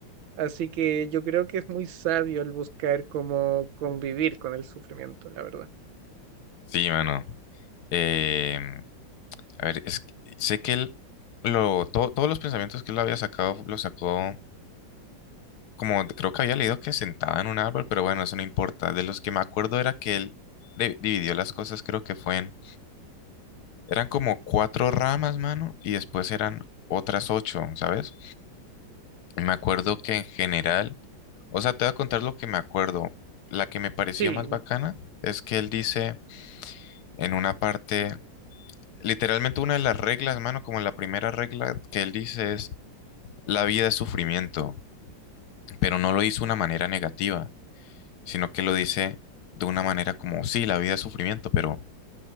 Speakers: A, on the right; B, on the left.
A: Así que yo creo que es muy sabio el buscar cómo convivir con el sufrimiento, la verdad.
B: Sí, mano. Eh, a ver, es que- sé que él, lo, to- todos los pensamientos que él había sacado, los sacó como, de- creo que había leído que sentaba en un árbol, pero bueno, eso no importa. De los que me acuerdo era que él de- dividió las cosas, creo que fue en, eran como cuatro ramas, mano, y después eran otras ocho, ¿sabes? Me acuerdo que en general... O sea, te voy a contar lo que me acuerdo. La que me pareció
A: Sí,
B: más bacana es que él dice en una parte, literalmente una de las reglas, mano, como la primera regla que él dice es, la vida es sufrimiento, pero no lo hizo de una manera negativa, sino que lo dice de una manera como, sí, la vida es sufrimiento, pero